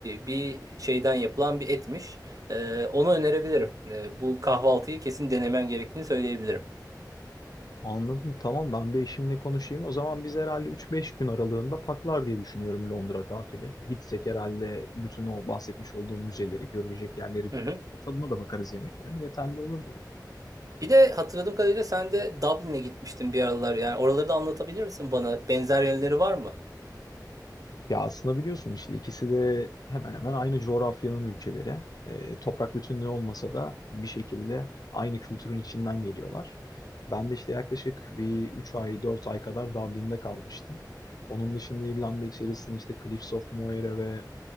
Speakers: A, on the right; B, on the left.
A: bir şeyden yapılan bir etmiş. E, onu önerebilirim. E, bu kahvaltıyı kesin denemen gerektiğini söyleyebilirim.
B: Anladım. Tamam ben bir eşimle konuşayım. O zaman biz herhalde 3-5 gün aralığında paklar diye düşünüyorum Londra tatili. Gitsek herhalde bütün o bahsetmiş olduğum müzeleri, görülecek yerleri
A: Hı
B: görüp
A: hı.
B: e, tadına da bakarız yemeklerin. Yeterli olur gibi.
A: Bir de hatırladığım kadarıyla sen de Dublin'e gitmiştin bir aralar. Yani oraları da anlatabilir misin bana? Benzer yönleri var mı?
B: Ya aslında biliyorsun işte ikisi de hemen hemen aynı coğrafyanın ülkeleri. E, toprak bütünlüğü olmasa da bir şekilde aynı kültürün içinden geliyorlar. Ben de işte yaklaşık bir 3 ay 4 ay kadar Dublin'de kalmıştım. Onun dışında İrlanda içerisinde işte Cliffs of Moher'e ve